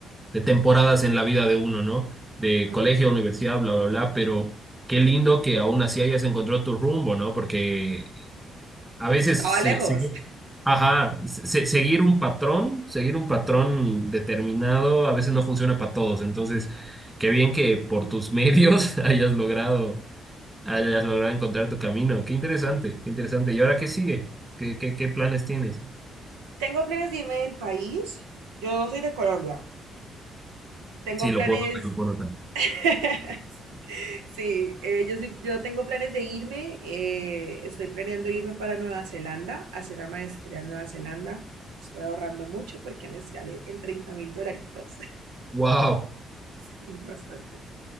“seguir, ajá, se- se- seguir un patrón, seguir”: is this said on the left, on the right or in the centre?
Right